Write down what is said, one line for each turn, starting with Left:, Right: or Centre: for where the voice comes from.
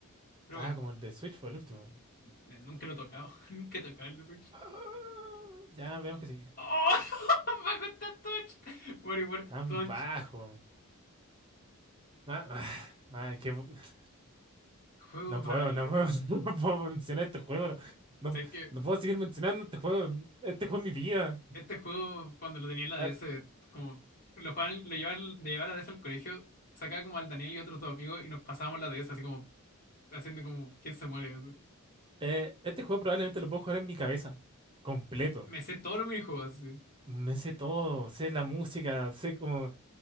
Left: Pero
Right: Ah,
Left: bueno,
Right: como el de Switch fue el último.
Left: n- nunca lo he tocado, <laughs> nunca he tocado el de Switch.
Right: Ah, ya vemos que sigue.
Left: ¡Oh! <laughs> Me gusta Touch. Mario World
Right: Tan
Left: Touch.
Right: bajo. Ma- ma- ma, <sighs> es que <laughs>
Left: Juego
Right: no puedo,
Left: maravilloso.
Right: no puedo, <laughs> no puedo mencionar este juego. No,
Left: Sé que
Right: no puedo seguir mencionando este juego. Este juego es mi vida.
Left: este juego, cuando lo tenía en la
Right: Ah,
Left: DS, como lo jugaban, lo llevaban, de llevar la DS al colegio, sacaba como al Daniel y otros dos amigos y nos pasábamos la DS así como haciendo como quién se muere. así.
Right: eh, este juego probablemente lo puedo jugar en mi cabeza. Completo.
Left: Me sé todos los minijuegos así.
Right: Me sé todo, sé la música, sé cómo